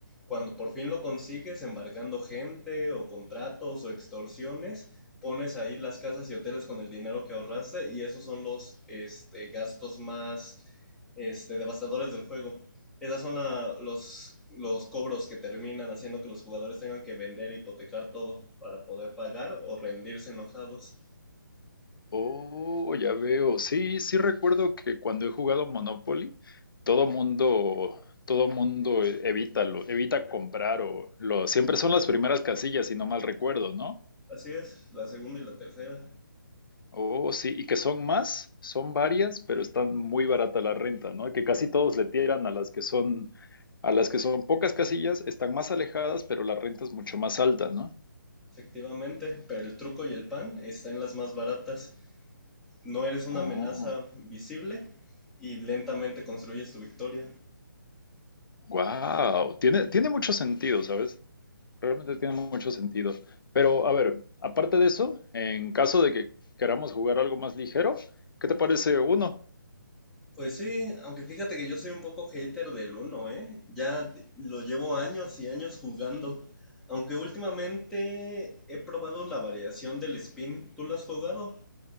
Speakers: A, in the centre; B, on the left.
A: Cuando por fin lo consigues, embargando gente o contratos o extorsiones, pones ahí las casas y hoteles con el dinero que ahorraste y esos son los este, gastos más este, devastadores del juego. Esos son la- los, los cobros que terminan haciendo que los jugadores tengan que vender e hipotecar todo para poder pagar o rendirse enojados.
B: Oh, ya veo. Sí, sí recuerdo que cuando he jugado Monopoly, todo mundo, todo mundo evita lo, evita comprar o lo, siempre son las primeras casillas, si no mal recuerdo, ¿no?
A: Así es, la segunda y la tercera.
B: Oh, sí, y que son más, son varias, pero están muy barata la renta, ¿no? Que casi todos le tiran a las que son, a las que son pocas casillas, están más alejadas, pero la renta es mucho más alta, ¿no?
A: Efectivamente, pero el truco y el pan están en las más baratas. No eres una
B: Oh,
A: amenaza visible y lentamente construyes tu victoria.
B: wow, tiene, tiene mucho sentido, ¿sabes? Realmente tiene mucho sentido. Pero, a ver, aparte de eso, en caso de que queramos jugar algo más ligero, ¿qué te parece uno?
A: Pues sí, aunque fíjate que yo soy un poco hater del uno, ¿eh? Ya t- lo llevo años y años jugando. Aunque últimamente he probado la variación del spin. ¿Tú lo has jugado?